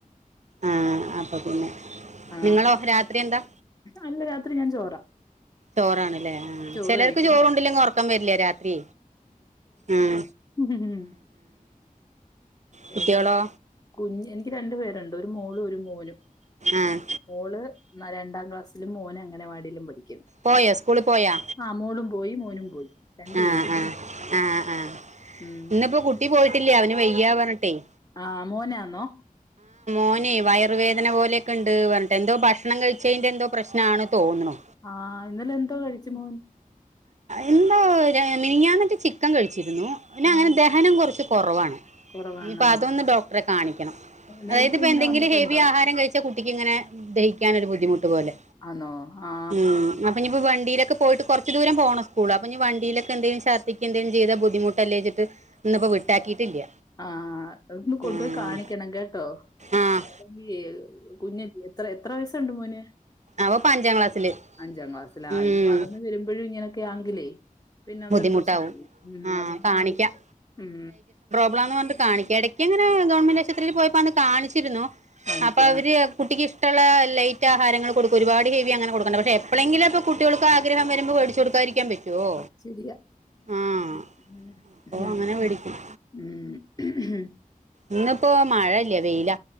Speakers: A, on the right; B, on the left.
A: ആഹ് അപ്പൊ പിന്നെ
B: ആഹ്
A: നിങ്ങളോ രാത്രി എന്താ
B: അല്ല രാത്രി ഞാൻ ചോറാ
A: ചോറാണ്ല്ലേ ആ
B: ചോറ്
A: ചെലോർക്ക്
B: കഴിക്കണം
A: ചോറു ണ്ടില്ലെങ്കി ഒറക്കം വരില്ല രാത്രി ഉം
B: ഉം ഹും പിന്നെ
A: കുട്ടികളോ
B: മു കുഞ് എൻക്ക് രണ്ടു പേരുണ്ട് ഒരു മോളും ഒരു മോനും
A: ആഹ്
B: മോള് രണ്ടാം ക്ലാസ്സിലും മോന് അങ്ങനവാടിയിലും പഠിക്ക
A: പോയോ സ്കൂളിൽ പോയാ
B: ആ മോളും പോയി മോനും പോയി രണ്ടു പേരും
A: ആഹ്
B: പോയി
A: ആഹ് ആഹ് ആഹ്
B: ഉം
A: ഇന്നിപ്പോ കുട്ടി പോയിട്ടില്ലാ അവന് വയ്യാ പറഞ്ഞിട്ടെയ്
B: ആ മോനാന്നോ
A: മോനെ വയറുവേദന പോലെയൊക്കെണ്ട് പറഞ്ഞിട്ട് എന്തോ ഭക്ഷണം കഴിച്ചതിൻ്റെ എന്തോ പ്രശ്നാണ് തോന്നുണു
B: ആ ഇന്നലെ എന്തോ കഴിച്ചു മോൻ
A: എന്തോ മിനിഞാന്നറ്റെ ചിക്കൻ കഴിച്ചിരുന്നു പിന്നെ ഓനങ്ങനെ
B: ആഹ്
A: ദഹനം കുറച്ച് കുറവാണ്
B: കുറവാണോ
A: ഇനിയിപ്പോ അതൊന്ന് ഡോക്ടറെ കാണിക്കണം
B: നേരത്തെ
A: അതായത് പ്പൊ
B: ഇങ്ങനെ
A: എന്തെങ്കിലും
B: വന്നിട്ടുണ്ടോ
A: ഹെവി ആഹാരം കഴിച്ചാ കുട്ടി ഇങ്ങനെ ദഹിക്കാനൊരു ബുദ്ധിമുട്ട് പോലെ
B: ആണോ ആ
A: ഉം അപ്പൊ ഇനിയിപ്പോ വണ്ടിയിലൊക്ക പോയിട്ട് കുറച്ച് ദൂരം പോണം സ്കൂൾ അപ്പഞി വണ്ടിയിലൊക്കെ എന്തേ ചർധി ഛർദിക്കെ എന്തെലും ചെയ്ത ബുദ്ധിമുട്ടല്ലേച്ചിട്ട് ഇന്ന്പ്പോ വിട്ടാക്കിയിട്ടില്ല
B: ആഹ് അതന്ന് കൊണ്ടോയി
A: ഉം
B: കാണിക്കണം കേട്ടോ
A: ആഹ്
B: അല്ലെങ്കി കുഞ്ഞല്ലെ എ എത്ര വയസുണ്ട് മോന്
A: അവ ഇപ്പ അഞ്ചാം ക്ലാസ്സില്
B: അഞ്ചാം ക്ലാസ്സിലാ ആ
A: ഉം
B: ഇനി വളർന്ന് വരുമ്പോഴുങ്ങനെ ക്കെങ്കിലേ പിന്നെ അതൊരു
A: ബുദ്ധിമുട്ടാവും
B: പ്രശ്നായി ഉം
A: ആഹ്
B: അതൊ
A: കാണിക്കാം
B: നേ ഉം
A: <unintelligible> കാണിക്ക ഇടക്ക്ങ്ങനെ ഗവൺമെന്റ് ആശുപത്രിയിൽ പോയപ്പോ അന്ന് കാണിച്ചിരുന്നു
B: കാണിച്ച
A: അപ്പൊ അവര് കുട്ടിക്ക്ഷ്ടള്ള ലൈറ്റാഹാരങ്ങൾ കൊടുക്കും ഒരുപാട് ഹെവി അങ്ങനെ കൊടുക്കണ്ട് പക്ഷെ എപ്പോഴെങ്കിലുംപ്പൾ കുട്ടികൾക്ക് ആഗ്രഹം വരുമ്പോ മേടച്ച് കൊടുക്കും- സംസാരിക്കാൻ പറ്റുവോ?
B: അത് ശരിയാ
A: ആഹ്
B: ഉമ്
A: അപ്പൊ അങ്ങനെ മേടിക്കും
B: മ്മ് <unintelligible>
A: ഇന്ന്പ്പോ മഴല്ല വെയില